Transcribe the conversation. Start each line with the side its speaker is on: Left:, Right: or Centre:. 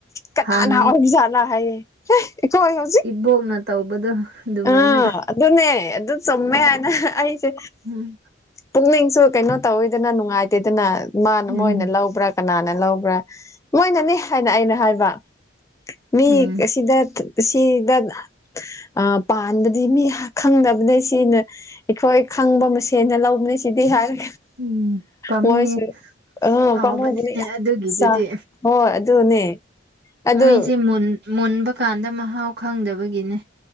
Left: ꯀꯅꯥꯅ
Right: ꯍꯥꯟ
Left: ꯑꯣꯏꯖꯥꯠꯂ ꯍꯥꯏꯌꯦ ꯑꯩꯈꯣꯏ ꯍꯧꯖꯤꯛ
Right: ꯕꯣꯜꯅ ꯇꯧꯕꯗꯣ ꯑꯗꯨꯃꯥꯏꯅ
Left: ꯑꯥ ꯑꯗꯨ ꯑꯗꯨꯅꯅꯦ ꯑꯗꯨ ꯑꯗꯨ ꯆꯃꯦꯅꯁꯦ
Right: ꯎꯝ
Left: ꯄꯨꯛꯅꯤꯡꯁꯨ ꯀꯩꯅꯣ ꯇꯧꯋꯦꯗꯅ ꯅꯨꯡꯉꯥꯏꯇꯦꯗꯅ ꯃꯥꯅ
Right: ꯎꯝ
Left: ꯃꯣꯏꯅ ꯂꯧꯕ꯭ꯔꯥ ꯀꯅꯥꯅ ꯂꯧꯕ꯭ꯔꯥ ꯃꯣꯏꯅꯅꯦ ꯍꯥꯏꯅ ꯑꯩꯅ ꯍꯥꯏꯕ ꯃꯤ
Right: ꯎꯝ
Left: ꯑꯁꯤꯗ ꯁꯤꯗ ꯑ ꯄꯥꯟꯕꯗꯤ ꯃꯤ ꯈꯪꯗꯅꯕꯅ ꯁꯤꯅ ꯑꯩꯈꯣꯏ ꯈꯪꯕ ꯃꯁꯦꯟꯅ ꯂꯧꯕꯅꯤ ꯁꯤꯗꯤ ꯍꯥꯏꯔꯦ
Right: ꯎꯝ ꯄꯥꯝꯃꯨꯌꯦ
Left: ꯃꯣꯏꯁꯨ
Right: ꯍꯥꯎꯕꯅꯤꯅꯦ
Left: ꯄꯃꯨꯕ ꯌꯥꯝ
Right: ꯑꯗꯨꯒꯤꯗꯨꯗꯤ
Left: ꯆꯥ ꯍꯣꯏ ꯑꯗꯨꯅꯦ ꯑꯗꯨ
Right: ꯃꯣꯏꯁꯦ ꯃꯨꯟꯕ ꯀꯥꯟꯗ ꯃꯍꯥꯎ ꯈꯪꯗꯕꯒꯤꯅꯦ